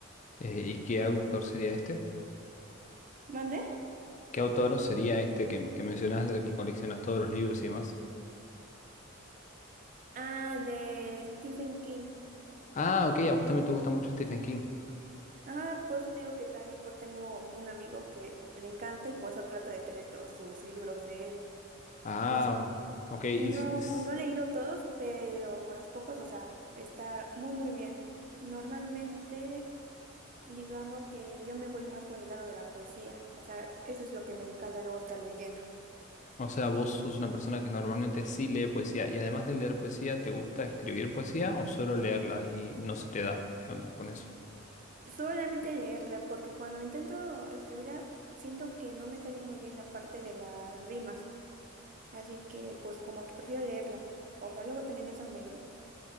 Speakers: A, on the left; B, on the right.
A: Eh, ¿y qué autor sería este?
B: ¿Mande?
A: ¿Qué autor sería este que, que mencionas, del que coleccionas todos los libros y demás?
B: Ah, de Stephen King.
A: Ah, ok, a vos también te gusta mucho Stephen King.
B: Ajá, por eso te digo que también pues tengo un amigo que le encanta y por eso trato de tener todos sus libros de él.
A: Ah,
B: O sea,
A: o- ok, y
B: No,
A: s- s-
B: no he leído todos, pero con los pocos, o sea, está muy, muy bien. Normalmente, digamos que yo me voy más por el lado de la poesía, o sea, eso es lo que me encanta luego estar leyendo.
A: o sea, vos sos una persona que normalmente sí lee poesía, y además de leer poesía, ¿te gusta escribir poesía o solo leerla y no se te da? ¿Qué onda con eso?
B: Solamente leerla, porque cuando intento escribirla, siento que no me sale muy bien la parte de las rimas, así que pues como que prefiero leerla. O sea, luego también eso me